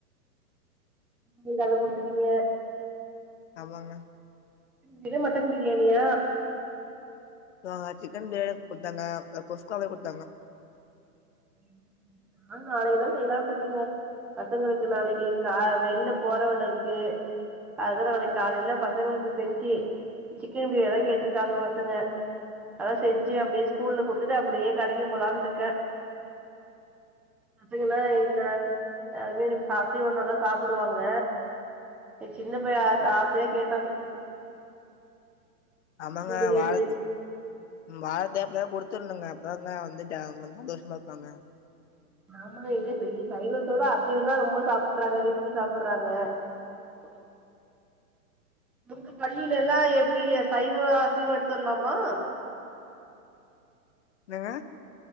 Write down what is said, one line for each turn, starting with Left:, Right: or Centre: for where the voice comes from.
Centre: நீங்க அத குடுத்துட்டீங்க
Left: ஆமாங்க
Centre: பிரியான் மட்டன் பிரியாணியா
Left: ஏ அவுங்க சிக்கன் பிரியாணி குட்த்தாங்க இதுல குஸ்கா வேற குடுத்தாங்க
Centre: ம் <inaudible> ஆ நாளைக்கு தா செய்லான்ட்டு இக்கறங்க பசங்களுக்கு நாளைக்கு கா வெளில போற வேல இருக்கு அதுதா நாளைக் காலையில பசங்களுக்கு செஞ்சி சிக்கன் பிரியாணி தா கேட்டிருக்காங்க பசங்க அதா செஞ்சி அப்டியே ஸ்கூல்ல குடுத்துட்டு அப்டியே கடைக்கு போலான்ட்டுக்க பாத்திங்களா இந்த அதே இதுங்க பசி வந்தா நல்லா சாப்டுவாங்க எ சின்ன பைய ஆச ஆசையா கேட்டான் வச்சி
Left: ஆமாங்க
Centre: பிரியாணி
Left: வாழ் வாழத்த அப்பனா குடுத்துர்னுங்க அப்ப தாங்க வந்துட்ட சந்தோஷமா இருப்பாங்க
Centre: ஆமா எங்க செய்ய சைவத்தோட அசைவந்தா ரொம்ப சாப்புறாங்க விரும்பி சாப்புறாங்க புட்லா உங்க பள்ளிலல்லா எப்டி சைவ அசைவ எடுத்து வர்லாமா
Left: என்னங்க